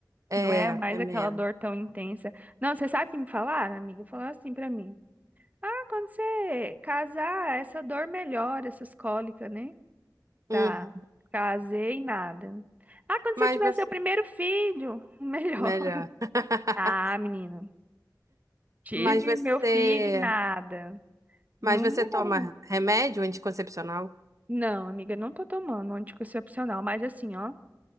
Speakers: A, on the right (about 50°); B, on the right (about 20°).
A: É,
B: Não é mais
A: é
B: aquela
A: menos.
B: dor tão intensa. Não, você sabe o que me falaram, amiga? Falaram assim pra mim. Ah, quando você casar, essa dor melhora, essas cólicas, né? Tá.
A: Hum.
B: Casei, nada. Ah, quando
A: Mas
B: você tiver
A: você...
B: seu primeiro filho, <laughs> melhor.
A: Melhor. <laughs>
B: Ah, menina. Tive
A: Mas você...
B: meu filho e nada. Não
A: Mas você
B: melhora,
A: toma
B: não.
A: remédio anticoncepcional?
B: Não, amiga, eu não tô tomando anticoncepcional, mas assim, ó.